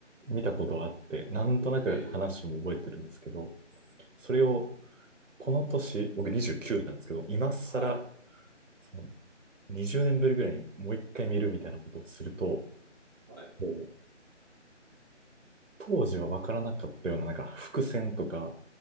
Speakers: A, on the right; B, on the right.
A: 見たことはあって、なんとなく話も覚えてるんですけど、
B: え、え
A: それをこの年、僕29なんですけど、今更、
B: はい。
A: その20年ぶりぐらいにもう一回見るみたいなことをすると、
B: はい。
A: もう当時はわからなかったような、なんか伏線とか、